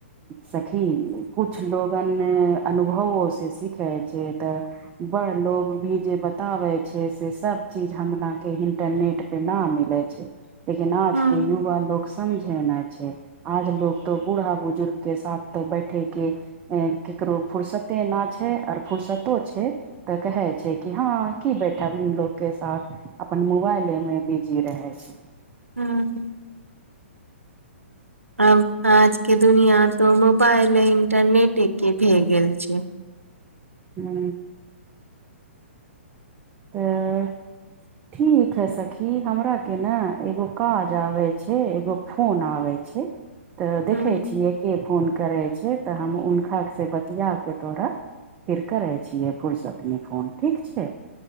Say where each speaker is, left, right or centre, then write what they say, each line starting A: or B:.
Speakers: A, on the right; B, on the right.
A: सखी किछु लोगन अनुभवोसँ सीखै छै तऽ बड़ लोग भी जे बताबै छै से सब चीज हमरा के इंटरनेट न मिलै छै लेकिन आज
B: हँ
A: के युवा लोक समझै ना छै आज लोग तो बूढ़ा बुजुर्ग के साथ त बैठेके ककरो फुर्सते ना छै आओर फुुरसतो छै तऽ कहै छै कि हँ की बैठबलोग के साथ अपन मोबाइले मे बिजी रहे छै
B: हूँ आब आज के दुनिया तो मोबाइल आ इंटरनेट के भे गेल छै
A: हू तऽ कखे सखी हमरा के ने एगो काज आबे छै एगो फोन आबै छै तऽ
B: हँ
A: देखै छीयै के फोन करै छै तऽ हम हुनका से बतिया के तोरा फेर करै छियै फुरसतमे फोन ठीक छै